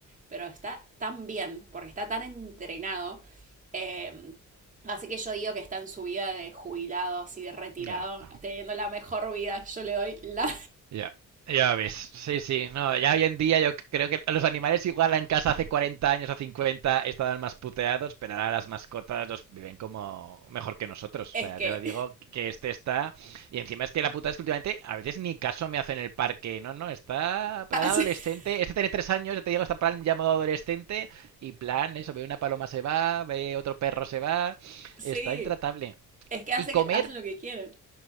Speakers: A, on the right (about 25°); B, on the right (about 65°).
A: Pero está tan bien porque está tan entrenado. eh, Así que yo digo que está en su vida de jubilado, así de retirado,
B: Ah.
A: teniendo la mejor vida. Yo le doy la
B: Ya, ya ves. Sí, sí. No, ya hoy en día yo creo que los animales igual en casa hace 40 años o 50 estaban más puteados, pero ahora las mascotas los viven como mejor que nosotros.
A: Es
B: O sea,
A: que,
B: te lo digo que este está... Y encima es que la puta es que últimamente a veces ni caso me hace en el parque. No, no, está plan
A: <laughs> hace-
B: adolescente. Este tiene 3 años, ya te digo, está plan ya modo adolescente. Y plan, eso, ve una paloma se va, ve otro perro se va.
A: sí,
B: Está intratable.
A: es que hace
B: Y comer
A: que- hacen lo que quieren.